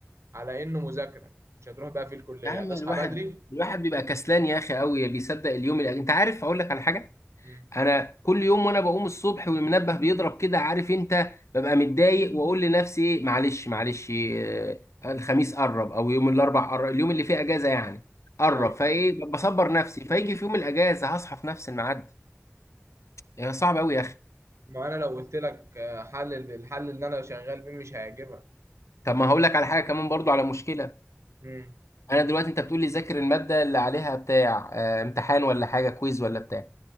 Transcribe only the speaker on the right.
على انه مذاكره مش هتروح بقى في الكليه
هتصحى
بدري
مم.
ايوه
ايوه
ما انا لو قلت لك آه، حل الحل اللي انا شغال بيه مش هيعجبك
مم.